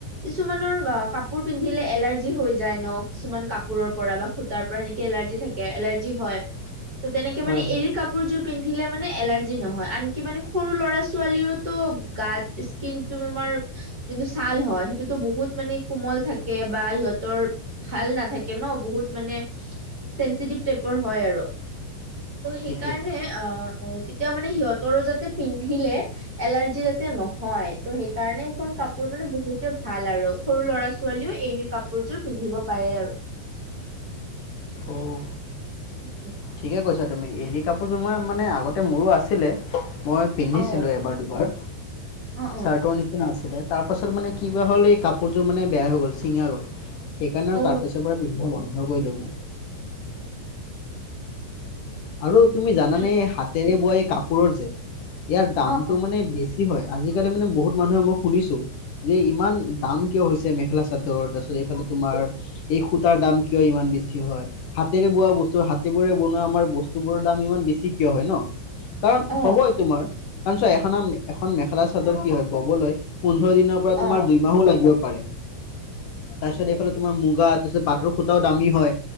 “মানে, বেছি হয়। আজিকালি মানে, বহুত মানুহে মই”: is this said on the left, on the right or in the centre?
Left